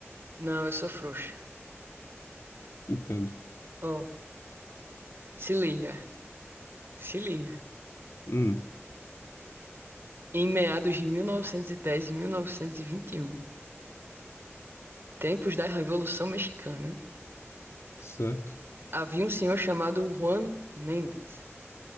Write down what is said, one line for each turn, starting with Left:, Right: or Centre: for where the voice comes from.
Right: Não, eu sou frouxo.
Left: Entendo.
Right: Oh, se liga, se liga.
Left: Hum,
Right: Em meados de 1910 e 1921, tempos da Revolução Mexicana,
Left: certo.
Right: havia um senhor chamado Juan Mendes,